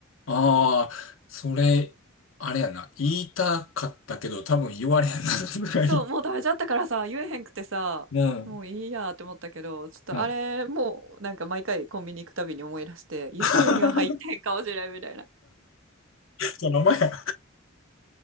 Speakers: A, on the left; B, on the right.
A: ああ、それ、あれやな。言いたかったけど、多分言われへんな、さすがに。
B: そう、もう食べちゃったからさ、言えへんくてさ、
A: うん。
B: もういいやって思ったけど、ちょっとあれ、
A: うん。
B: もうなんか毎回コンビニ行くたびに思い出して、いや、
A: <laughs>
B: これには入ってへんかもしれんみたいな。
A: その前や。